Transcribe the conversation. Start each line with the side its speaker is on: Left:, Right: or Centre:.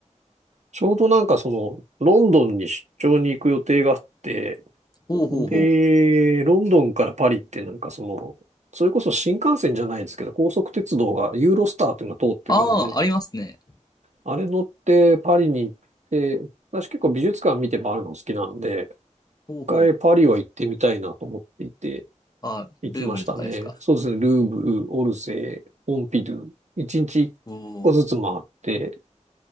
Right: ちょうどなんかその、ロンドンに出張に行く予定があって、
Left: ほうほうほう。
Right: で、ロンドンからパリってなんかその、それこそ新幹線じゃないですけど、高速鉄道がユーロスターっていうのが通ってるので、
Left: ああ、ありますね。
Right: あれ乗ってパリに行って、私結構美術館見て回るの好きなので、
Left: ほうほう。
Right: 一回パリは行ってみたいなと思っていて、
Left: あ、
Right: 行きましたね。
Left: ルーブルとかですか。
Right: そうですね、ルーブル、オルセー、ポンピドゥ、一日一個ずつ回って、
Left: おお。